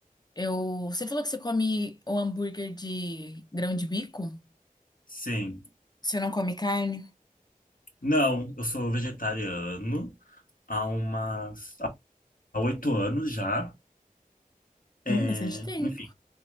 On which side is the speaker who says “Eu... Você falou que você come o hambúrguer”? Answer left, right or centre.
Left